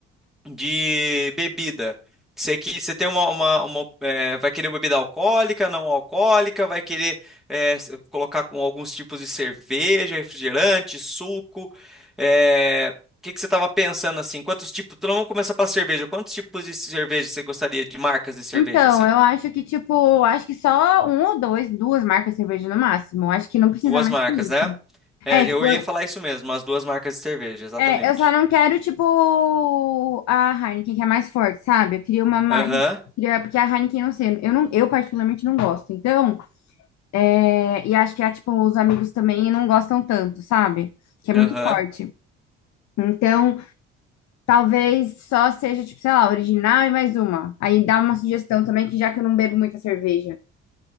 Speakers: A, in the centre; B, on the left.
A: de bebida. Você, que, você tem uma, uma, uma, é, vai querer bebida alcoólica, não alcoólica, vai querer é, s- colocar com alguns tipos de cerveja, refrigerante, suco. é, o que, que você estava pensando assim? Quantos tipos? Então vamos começar pela cerveja. Quantos tipos de cerveja você gostaria de marcas de cerveja
B: Então,
A: assim?
B: eu acho que, tipo, acho que só um ou dois, duas marcas de cerveja no máximo. Acho que não precisa
A: Duas
B: mais
A: marcas,
B: que
A: né?
B: isso.
A: É,
B: É, tipo,
A: eu ia falar isso mesmo, as duas marcas de cerveja, exatamente.
B: É, eu só não quero, tipo, a Heineken, que é mais forte, sabe? Eu queria uma mais.
A: Aham,
B: queria- Porque a Heineken, não sei, eu, não, eu particularmente não gosto. Então, é, e acho que, é, tipo, os amigos também não gostam tanto, sabe? Que é
A: aham.
B: muito forte. Então, talvez só seja, tipo, sei lá, original e mais uma. Aí dá uma sugestão também, que já que eu não bebo muita cerveja.